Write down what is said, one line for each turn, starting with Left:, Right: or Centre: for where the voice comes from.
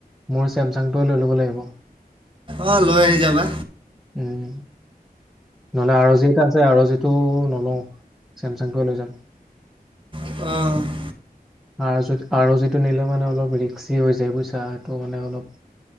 Centre: মোৰ ছেমচাংটোৱে লৈ ল'ব লাগিব
Right: অ লৈ আহি যাবা
Centre: উম নহ'লে আৰ অ জি এটা আছে আৰ অ জিটো নলওঁ চেমচাংটোৱে লৈ যাম
Right: অ
Centre: আৰ জি আৰ জিটো নিলে মানে অলপ ৰিক্সি হৈ যায় বুজিছা সেইটো মানে অলপ